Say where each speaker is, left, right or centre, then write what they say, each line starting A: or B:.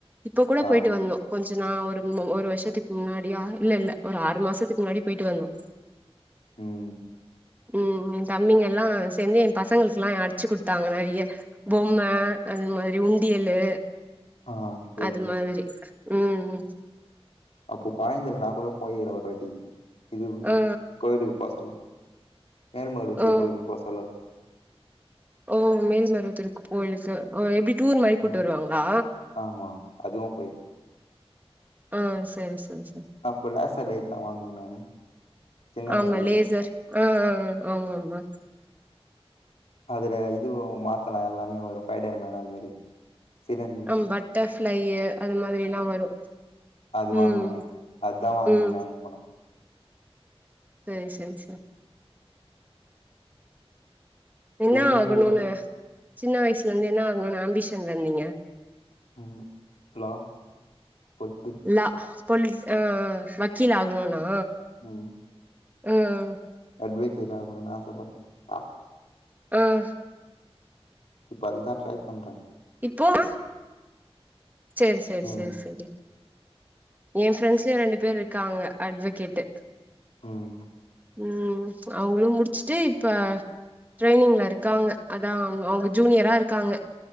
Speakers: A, on the right; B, on the left.
A: இப்ப கூட
B: ஆ
A: போயிட்டு வந்தோ கொஞ்ச நா ஒரு முன்ன ஒரு வருஷத்துக்கு முன்னாடியா இல்ல இல்ல ஒரு ஆறு மாசத்துக்கு முன்னாடி போயிட்டு வந்தோ
B: ம்
A: ம் எ தம்பிங்கலா சேந்து எ பசங்களுக்குலா அடிச்சு குடுத்தாங்க நறிய பொம்ம அது மாரி உண்டியலு
B: ஆ சேரிங்க
A: அது மாதிரி ம் ம் ம்
B: அப்போ கொயந்த இல்னா கூட போயிறே ஒரு வாட்டி இது
A: ஆ
B: கோயிலுக்கு போ சொல்லு மேல்மருவத்தூர்
A: ஆ
B: கோவிலு போ சொல்லு
A: ஓ மேல்மருவத்தூருக் கோயிலுக்கு ஓ எப்டி டூர் மாரி கூப்ட்டு
B: ஆ
A: வருவாங்களா
B: ஆமா அதுவு போய்
A: ஆ செரி செரி செ
B: அப்போலா சலைக்கா வாங்குவ நானு சின்ன வயசுலே
A: ஆமா லேசர் ஆ ஆ ஆ ஆமாமா
B: அதுல இது மாத்தலா எல்லாமே ஒரு ஃபைகர் மேன் அது மாரி சிலந்தி
A: அம் பட்டர்ஃப்ளையி அது மாரி எல்லா வரு
B: அது வாங்குவே
A: ம்
B: அதுதா வாங்குவே
A: ம்
B: நா அங்க போனா
A: செரி செரி செ என்னா
B: சரி நீங்க
A: ஆகணுனு
B: தா
A: சின்ன வய்ஸ்லந்து என்ன ஆகணுன் அம்பிஷன்ல இந்தீங்க
B: ம் ஹலோ புல் புது
A: லா பொலி ஆ வக்கீல் ஆகணுனா
B: ம்
A: ம் ம்
B: அட்வகேட் ஆகணுனு ஆசப்பட் ஆ
A: ஆஹா
B: இப்ப அதுதா ட்ரை பண்றே
A: இப்போவா செரி செரி
B: ம்
A: செரி செரி எ ஃப்ரெண்ட்ஸ்லயு ரெண்டு பேர் இருக்காங்க அட்வோகேட்டு
B: ம்
A: ம் அவங்களு முடிச்சுட்டு இப்ப ட்ரெயனிங்ல இருக்காங்க அதா அவங் அவங்க ஜூனியரா இருக்காங்க